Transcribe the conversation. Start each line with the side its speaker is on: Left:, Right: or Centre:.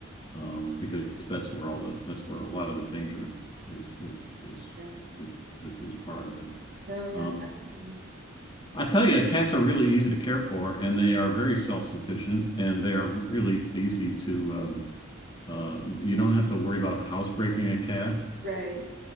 Left: um, because that's where all the that's where a lot of the danger is is is
Right: Yeah.
Left: is, is is part of it.
Right: No, yeah,
Left: Um,
Right: definitely.
Left: I tell you, cats are really easy to care for, and they are very self-sufficient, and they are really easy to. Um, uh, you don't have to worry about housebreaking a cat.
Right: Right.